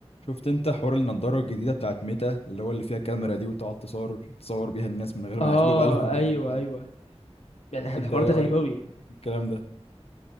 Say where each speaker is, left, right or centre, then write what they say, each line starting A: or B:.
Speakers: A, on the left; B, on the left.
A: شفت انت حوار النضارة الجديدة بتاعت ميتا اللي هو اللي فيها كاميرا دي وتقعد تصور تصور بيها الناس من غير ما
B: اه
A: ياخدوا بالهم
B: ايوه
A: وبتاع
B: ايوه يعني
A: انت
B: الحوار
A: ايه
B: ده
A: رأيك
B: غريب اوي
A: في الكلام ده